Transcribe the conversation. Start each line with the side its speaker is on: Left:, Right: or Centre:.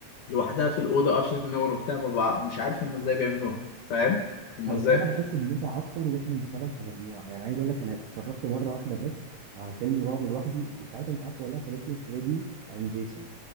Left: لوحدها في الاوضه قافله النور وبتاع ما بع- مش عارف هم ازاي بيعملوها فاهم هم
Right: انا
Left: ازاي
Right: صراحه بحس بمتعه اكتر واحنا بنتفرج كمجموعه يعني عايز اقول لك انا اتفرجت مره واحده بس على فيلم رعب لوحدي مش عارف انت عارفه ولا لا كان اسمه فريدي اند جيسون